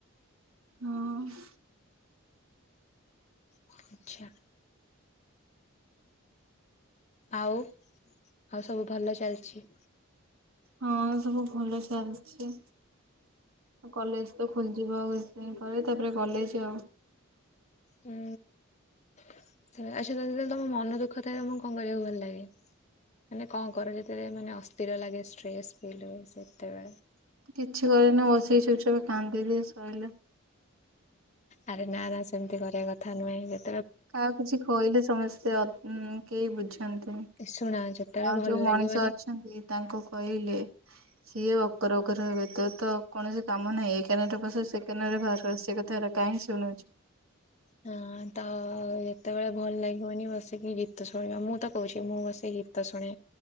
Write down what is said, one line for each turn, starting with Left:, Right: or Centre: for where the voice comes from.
Right: ହଁ।
Left: ଆଚ୍ଛା। ଆଉ ଆଉ ସବୁ ଭଲ ଚାଲିଚି।
Right: ହଁ ସବୁ ଭଲ ଚାଲିଚି ଆକଲେଜତ ଖୋଲି ଯିବ ଆଉ କିଛି ଦିନପରେ ତାପରେ କଲେଜ୍ ଆଉ।
Left: ହୁଁ ଆଚ୍ଛା ଯେତେଳେ ତମମନ ଦୁଃଖ ଥାଏ ତମକୁ କଣ କରିବାକୁ ଭଲ ଲାଗେ? ମାନେ କଣ କର ଯେତେଳେ ମାନେ ଅସ୍ଥିର ଲାଗେ ଷ୍ଟ୍ରେସ୍ ଫିଲ୍ ହୁଏ ସେତେବେଳେ?
Right: କିଛି କରେନି ବସିକି ଚୁପଚାପ୍ କାନ୍ଦିଦିଏ ଶଇଲା।
Left: ଆରେ ନା ନା ସେମିତି କରିବା କଥା ନୁହେଁ ଯେ
Right: କାହାକୁ କିଛି କହିଲେ ସମସ୍ତେ ଅ କେହି ବୁଝନ୍ତିନି।
Left: ଶୁଣ ଯେତେବେଳେ
Right: ଆଉ
Left: ଭଲ
Right: ଯୋଉ ମଣିଷ
Left: ଲାଗିବନି
Right: ଅଛନ୍ତି ତାଙ୍କୁ କହିଲେ ସିଏ ଅକର ଅକର ହେବେତ ତକୌଣସି କାମ ନାହିଁ ଏକାନରେ ପସେ ସେକାନରେ ବାହାରୁ ଆସେ ଥର କାହିଁ ଶୁଣୁଚି।
Left: ହଁ ତଯେତେବେଳେ ଭଲ ଲାଗିବନି ବସିକି ଗୀତ ଶୁଣିବା ମୁଁତ କହୁଚି ମୁଁ ବସିକି ଗୀତ ଶୁଣେ।